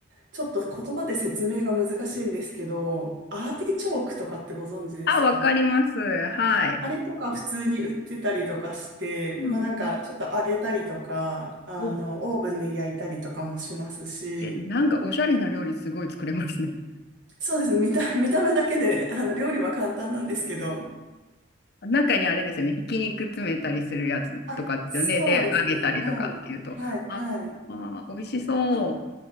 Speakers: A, on the right; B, on the left.
A: ちょっと言葉で説明が難しいんですけど、アーティチョークとかってご存知ですか
B: あ、わかります。はい。
A: あれとか普通に売ってたりとかして、
B: うん
A: まあなんかちょっと揚げたりとか、あの、
B: うん。お
A: オーブンで焼いたりとかもしますし、
B: え、なんかおしゃれな料理すごい作れますね。
A: そうですね、見た、<laughs> 見た目だけで、あの、料理は簡単なんですけど、
B: 中にあれですよね、ひき肉詰めたりするやつとかですよね。
A: あ、そうですね、
B: で、揚げたりとかっていうと。
A: はい、はい、
B: ああ美味しそ
A: はい。あ、